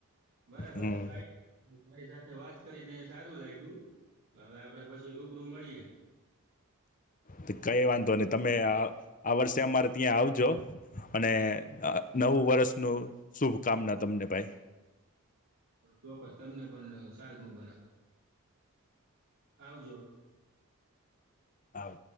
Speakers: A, on the right; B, on the left.
A: બરાબર
B: હમ
A: છે, ભાઈ તારી સાથે વાત કરીને સારું લાગ્યું હવે આપડે પછી રૂબરૂ મળીએે
B: તે કઈ વાંધો નહી તમે આ વર્ષે અમારે ત્યાં આવજો અને નવું વર્ષનું શુભકામના તમને ભાઈ
A: ચોક્કસ તમને પણ સાલ મુબારક આવજો
B: આવ